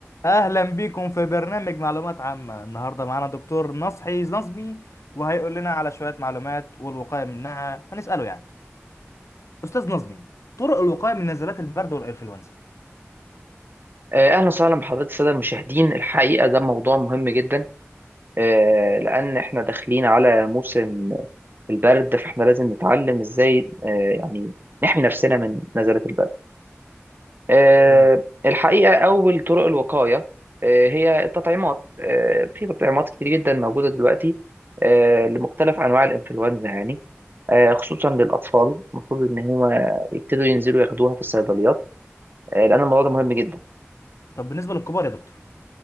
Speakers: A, on the left (about 80°); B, on the right (about 45°).
A: اهلا بيكم في برنامج معلومات عامة النهاردة معانا دكتور نصحي نظمي وهيقول لنا على شوية معلومات والوقاية منها هنسأله يعني استاذ نظمي طرق الوقاية من نزلات البرد والانفلونزا
B: آه، اهلا وسهلا بحضرتك الساده المشاهدين الحقيقه ده موضوع مهم جدا آه، لان احنا داخلين على موسم البرد فاحنا لازم نتعلم ازاي آه، يعني نحمي نفسنا من نزلة البرد آه،
A: تمام
B: الحقيقه اول طرق الوقايه آه، هي التطعيمات آه، في تطعيمات كتير جدا موجوده دلوقتي آه، لمختلف انواع الانفلونزا يعني آه، خصوصا للاطفال المفروض ان هما يبتدوا ينزلوا ياخدوها في الصيدليات آه، لان الموضوع ده مهم جدا
A: طب بالنسبة للكبار يا دكتور